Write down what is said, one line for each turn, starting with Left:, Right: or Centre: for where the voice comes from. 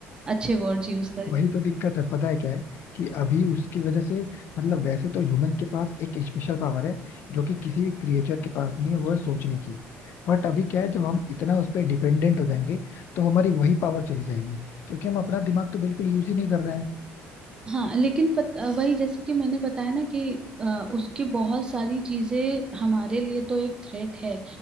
Right: अच्छे वर्ड्स यूज करके
Left: वही तो दिक्कत है पता है क्या है कि अभी उसकी वजह से मतलब वैसे तो ह्यूमन के पास एक स्पेशल पावर है जो कि किसी भी क्रिएचर के पास नहीं है वो है सोचने की बट अभी क्या है जब हम इतना उस पर डिपेंडेंट हो जाएंगे तो हमारी वही पावर चली जाएगी क्योंकि हम अपना दिमाग तो बिल्कुल यूज ही नहीं कर रहे हैं
Right: हाँ लेकिन पत, वही जैसे कि मैंने बताया ना कि अ, उसकी बहुत सारी चीजें हमारे लिए तो एक थ्रेट है